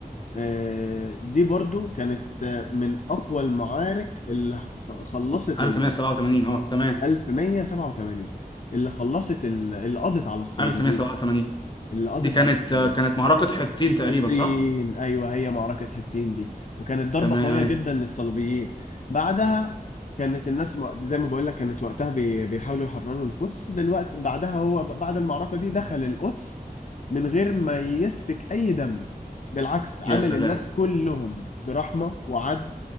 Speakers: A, on the left; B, on the left.
A: آه، دي برضو كانت آه، من أقوى المعارك اللي خ- خلصت
B: 1187
A: ال
B: اه تمام
A: 1187 اللي خلصت ال- اللي قضت على الصليبيين
B: 1187
A: اللي قضت
B: دي كانت
A: على الصليبيين
B: آه، كانت معركة حطين تقريبا
A: حطين
B: صح
A: ايوه هي معركه حطين دي وكانت ضربه
B: تمام
A: قويه
B: ايوه
A: جدا للصليبيين بعدها كانت الناس م- زي ما بقول لك كانت وقتها بي- بيحاولوا يحرروا القدس دلوقتي بعدها هو ب- بعد المعركه دي دخل القدس من غير ما يسفك اي دم بالعكس عامل
B: يا سلام
A: الناس كلهم برحمه وعدل